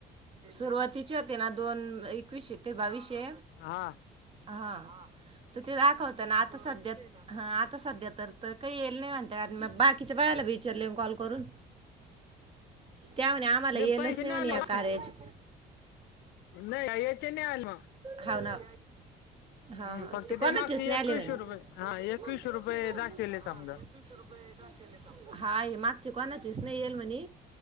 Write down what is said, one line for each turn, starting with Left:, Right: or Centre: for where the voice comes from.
Right: सुरवाती <unintelligible> ‌ दोन इकवीशे ते बावीशे,
Left: हा
Right: हां तर ते दाखवतं ना आता सध्यात हां आता सध्या तर तर काही येल नाही म्हणत्यात मग बाकीच्या बायाला मी विचारले कॉल करून त्या म्हणे आम्हाला येलच
Left: लई पैन्शन
Right: नाही म्हणे
Left: नाय आली
Right: या कार्याची
Left: <inaudible> नय याचे नाय आले मग
Right: हाव ना हा हा
Left: हम्म, फक्त
Right: ते कोणाचेच
Left: मागचे
Right: नाही
Left: एकवीसशे
Right: आले <unintelligible>
Left: रुपये हा एकवीसशे रुपये दाखवले समजा
Right: हा हे मागचे कोणाचे स्नेयल मणी